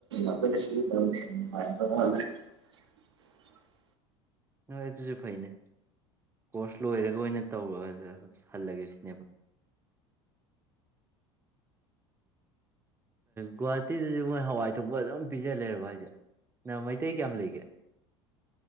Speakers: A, on the right; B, on the right.
A: ꯑꯈꯣꯏꯅ ꯁꯤꯖꯤꯟ ꯅꯕꯅ ꯐꯥꯗꯧꯕ ꯎꯦ <unintelligible> <unintelligible>
B: ꯍꯣꯏꯑꯗꯨꯁꯨ ꯐꯥꯏꯅꯦ ꯀꯣꯔꯁ ꯂꯣꯏꯔꯒ ꯑꯣꯏꯅ ꯇꯧꯔꯒꯁꯨ ꯍꯜꯂꯒꯦ ꯁꯤꯅꯦꯕ ꯒꯨꯍꯥꯇꯤꯗꯁꯨ ꯃꯣꯏ ꯍꯋꯥꯏ ꯊꯣꯡꯕ ꯑꯗꯨꯝ ꯄꯤꯖ ꯂꯩꯔꯕ ꯍꯥꯏꯁꯦ ꯅ ꯃꯩꯇꯩ ꯀꯌꯥꯝ ꯂꯩꯒꯦ